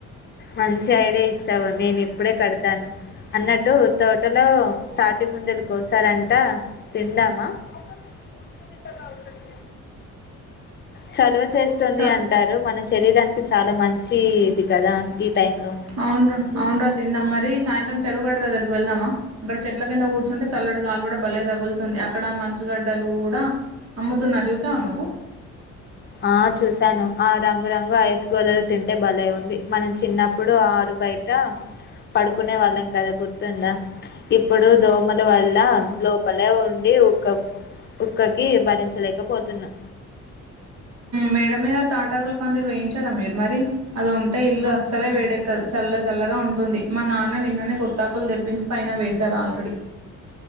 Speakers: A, on the left (about 35°); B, on the right (about 55°).
A: మంచి ఐడేయ్ వచ్చావు నేను ఇప్పుడే కడతాను అన్నట్టు తోటలో తాటి ముంజలు కోసారంట తిందామా. కొంతేదిబ్బగా అవుతుంది చదవత్ చేస్తుంది
B: చ
A: అంటారు మనస్ శరీరానికి చాలా మంచి ఇది కదా ఈ టైంలో
B: అవ్నడ్రా అవ్నడ్రా తిన్యాం మరి సాయంత్రం చెరువుగడ్డ దగ్గరకు వెళ్దామా, అక్కడ చెట్ల కింద కూర్చుంటే చల్లటిగాలి కూడా భలే తగులుతుంది. అక్కడ మంచుగడ్డలు కూడా అమ్ముతున్నార్ చూసావ నువ్వు.
A: ఆ చూశాను ఆ రంగు రంగు ఐస్ గోలీలు తింటే బలే ఉంది. మనం చిన్నప్పుడు ఆరు బయటా పడుకునే వాళ్ళం కదా గుర్తుందా ఇప్పుడు దోమల వల్ల లోపలే ఉండి ఉకం ఉక్ వుక్కకి భరించలేకపోతున్నా
B: మేడ మీద తాటాకులు పందిరు వేయించారా మీరు మరి అది ఉంటే ఇల్లు అస్సలే వేడెక్కదు చల్ల చల్లగా ఉంటుంది మా నాన్న నిన్ననే కొత్తాకులు తెప్పించి పైన వేశారు ఆల్రెడీ